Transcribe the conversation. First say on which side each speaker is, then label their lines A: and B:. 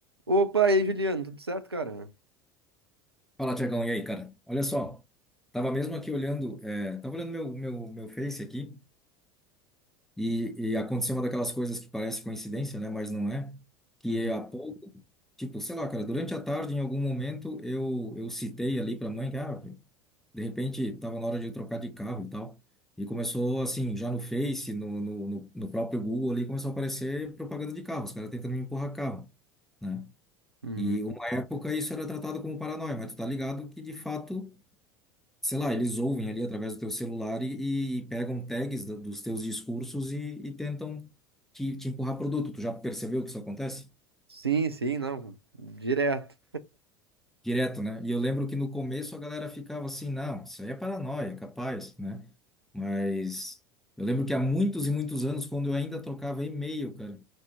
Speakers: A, on the right; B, in the centre.
A: Opa, e aí, Juliano, tudo certo, cara?
B: Fala, Tiagão, e aí, cara? Olha só, tava mesmo aqui olhando, é, tava olhando meu, meu, meu Face aqui e, e aconteceu uma daquelas coisas que parece coincidência, né? Mas não é. Que
A: Uhum,
B: é há pouco, tipo, sei lá, cara, durante a tarde, em algum momento, eu, eu citei ali pra mãe que, ah, de repente, tava na hora de eu trocar de carro e tal. E começou, assim, já no Face, no, no, no no próprio Google ali, começou a aparecer propaganda de carro, os caras tentando me empurrar carro, né?
A: uhum.
B: E uma época isso era tratado como paranoia, mas tu tá ligado que, de fato, sei lá, eles ouvem ali através do teu celular e, e pegam tags do- dos teus discursos e, e tentam te, te empurrar produto. Tu já percebeu que isso acontece?
A: Sim, sim, não, direto.
B: Direto, né? E eu lembro que no começo a galera ficava assim, não, isso aí é paranoia, capaz, né? Mas eu lembro que há muitos e muitos anos, quando eu ainda trocava e-mail, cara,